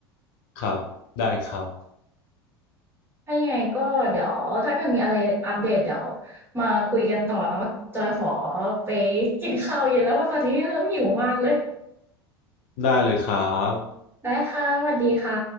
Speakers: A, on the left; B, on the right.
A: ครับได้ครับ
B: ถ้ายังไงก็เดี๋ยวถ้าเกิดมีอะไรอัปเดตเดี๋ยวมาคุยกันต่อเนาะจอยขอไปกินข้าวเย็นแล้วเพราะตอนนี้เริ่มหิวมากเลย
A: ได้เลยครับ
B: ได้ค่ะสวัสดีค่ะ